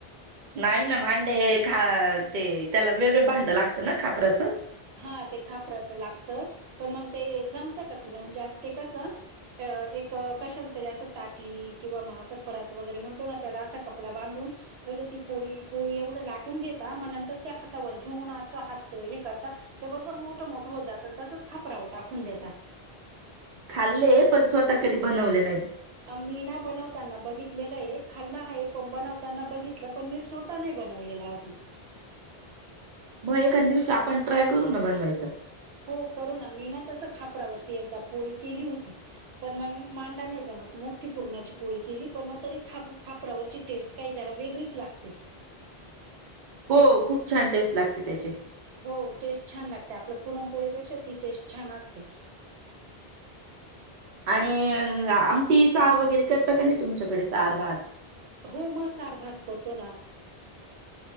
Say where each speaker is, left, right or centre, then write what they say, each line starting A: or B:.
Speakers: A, on the right; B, on the right.
A: नाही ना, मांडे खा ते त्याला वेगळं भांडं लागतं ना खापराचं?
B: हा ते खापराचं लागतं, पण मग ते जमतं का तुला, म्हणजे असं ते कसं अं एक कशाला तरी असं ताटली किंवा मग असं परत वगैरे म्हणतो ना, त्याला असा कपडा बांधून पहिले ती पोळी, पोळी एवढं लाटून घेता, मग नंतर त्या हातावर घेऊन असं हात हे करता ते बरोबर मोठं, मोठं होत जातं, अन तसंच खापराव टाकून देता.
A: खाल्ले, पण स्वतः कधी बनवले नाहीत.
B: मी ना बनवताना बघितलेलं आहे, खाल्लं हाय, पण बनवताना बघितलं पण मी स्व ता नाही बनवलेला अजून.
A: म एखांद दिवशी आपण ट्राय करू ना बनवायचं.
B: हो करू ना, मी ना तसं खापरावरती एकदा पोळी केली हुती. पण मंग मांडा नाही जमत मोठी पुरणाची पोळी केली, पण मग तरी खाप खापरावरची टेस्ट काही जरा वेगळीच लागते.
A: हो खूप छान टेस्ट लागते त्याचे.
B: हो, टेस्ट छान लागते, आपल्या पुरणपोळीपेक्षा ती टेस्ट छान असते.
A: आणि आमटी सार वगैरे करता का नाही, तुमच्याकडे सार भात?
B: हो म सार, भात करतो ना.